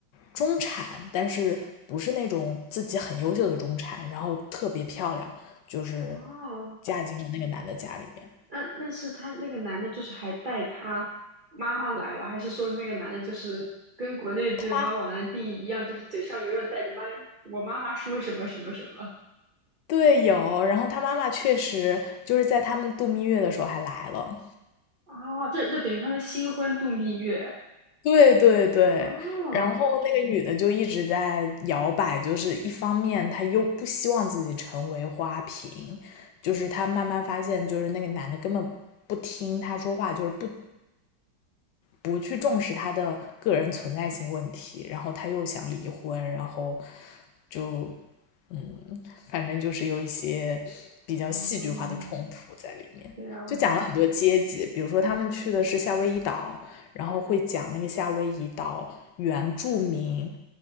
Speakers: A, on the left (about 70°); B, on the right (about 70°).
A: 中产，但是不是那种自己很优秀的中产，然后特别漂亮，就是
B: 哦，
A: 嫁进了那个男的家里面，
B: 那那是他那个男的，就是还带他妈妈来了，还是说那个男的就是跟国内对妈宝男的定义一样，
A: 他妈。
B: 就是嘴上永远带着妈我妈妈说什么什么什么？
A: 对，有，然后他妈妈确实就是在他们度蜜月的时候还来了。
B: 哦，这这等于他们新婚度蜜月。
A: 对对对，
B: 哦，
A: 然后那个女的就一直在摇摆，就是一方面她又不希望自己成为花瓶，就是她慢慢发现，就是那个男的根本不听她说话，就是不。不去重视他的个人存在性问题，然后他又想离婚，然后就嗯，反正就是有一些比较戏剧化的冲突在里面。
B: 嗯，这样子。
A: 就讲了很多阶级，比如说他们去的是夏威夷岛，然后会讲那个夏威夷岛原住民，